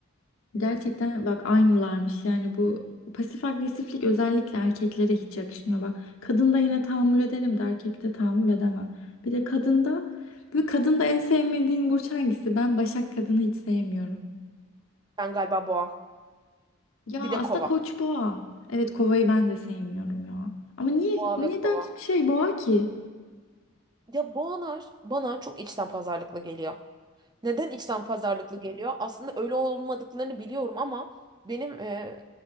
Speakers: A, on the left; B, on the right.
A: gerçekten bak aynılarmış yani bu pasif agresiflik özellikle erkeklere hiç yakışmıyor. Bak kadında yine tahammül ederim de erkekte tahammül edemem. Bir de kadında bu kadında en sevmediğin burç hangisi? Ben başak kadını hiç sevmiyorum.
B: Ben galiba boğa.
A: Ya
B: Bir
A: aslında
B: de kova.
A: koç boğa. Evet kovayı ben de sevmiyorum ya. Ama niye
B: Boğa
A: neden
B: ve kova.
A: şey boğa ki?
B: Ya boğalar bana çok içten pazarlıklı geliyor. Neden içten pazarlıklı geliyor? Aslında öyle olmadıklarını biliyorum ama benim e,